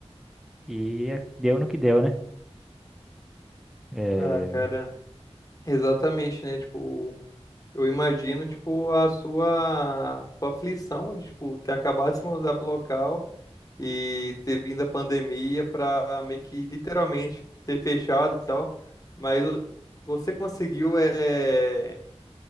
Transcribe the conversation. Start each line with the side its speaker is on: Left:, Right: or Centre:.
Centre: e deu no que deu, né? É,
Left: Ah, cara, exatamente, né? Tipo, eu imagino, tipo, a sua, sua aflição de, tipo, ter acabado de se mudar pro local. e ter vindo a pandemia para meio que literalmente ter fechado e tal. Mas o- você conseguiu é,